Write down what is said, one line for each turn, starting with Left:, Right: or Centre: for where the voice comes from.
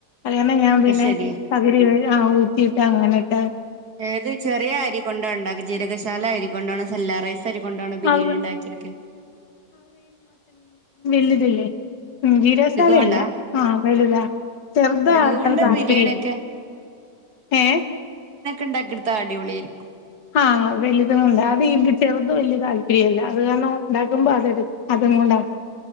Left: അത് കാരണം ഞാൻ
Right: അപ്പ
Left: പിന്നെ
Right: ശരിയാ
Left: പകുതി വേവ് ആ ഊറ്റി അ അങ്ങനെ ഇട്ട്
Right: ഏത് ചെറിയ അരി കൊണ്ട ഉണ്ടാക്ക ജീരകശാല അരി കൊണ്ടാണ് <unintelligible> റൈസ് അരി കൊണ്ടാണോ ബിരിയാണി
Left: അത്
Right: ഉണ്ടാക്കി എടുക്കൽ
Left: വലുതല്ലേ? ഉം ജീരകസാലയല്ല
Right: കൊണ്ടാ
Left: ആഹ വലുതാ ചെറുതാ
Right: വലുത്
Left: അത്ര
Right: കൊണ്ട്
Left: താൽപര്യം
Right: ബിരിയാണിയൊക്കെ
Left: ഇല്ല എ
Right: ഉണ്ടാക്കെടുത്ത അടിപൊളിയായിരിക്കും
Left: ആഹ വലുത് കൊണ്ട് അത് ചെറുതിന് വലിയ താൽപര്യം ഇല്ല അത് കാരണം ഉണ്ടാക്കുമ്പോ അതെടുക്ക അത് കൊണ്ട